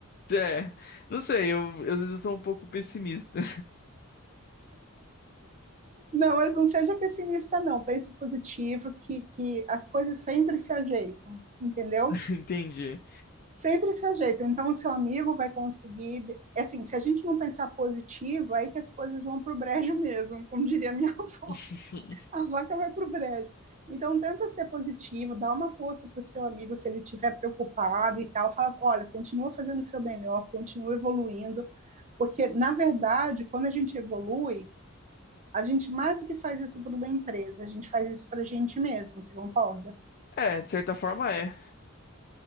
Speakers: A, on the left; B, on the right.
A: É. Não sei, eu, às vezes eu sou um pouco pessimista.
B: Não, mas não seja pessimista, não. Pense positivo, que, que as coisas sempre se ajeitam, entendeu?
A: <laughs> Entendi.
B: sempre se ajeitam. Então, o seu amigo vai conseguir. Assim, se a gente não pensar positivo, é aí que as coisas vão para o brejo mesmo, como diria minha
A: <laughs>
B: <laughs> a vaca vai para o brejo. Então, tenta ser positivo, dá uma força para o seu amigo se ele estiver preocupado e tal. Fala, olha, continua fazendo o seu melhor, continua evoluindo, porque, na verdade, quando a gente evolui, a gente mais do que faz isso para uma empresa, a gente faz isso para a gente mesmo, você concorda?
A: É, de certa forma é.